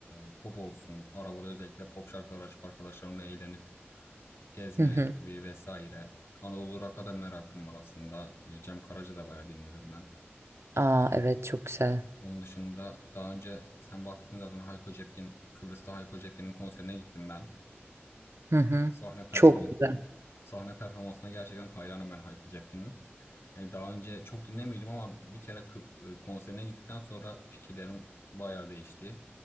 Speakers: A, on the left; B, on the right.
A: e, pop olsun. Arabada özellikle pop şarkılar açıp arkadaşlarımla eğlenip gezme
B: Hı hı.
A: gibi vesaire. Anadolu Rock'a da merakım var aslında. E, Cem Karaca da bayağı dinlerim ben.
B: Aa evet çok güzel.
A: Onun dışında daha önce sen bahsettin zaten Hayko Cepkin, Kıbrıs'ta Hayko Cepkin'in konserine gittim ben.
B: Hı hı.
A: Sahne performans,
B: Çok güzel.
A: sahne performansına gerçekten hayranım ben Hayko Cepkin'in. Yani daha önce çok dinlemiyordum ama bir kere Kı- e, konserine gittikten sonra fikirlerim bayağı değişti.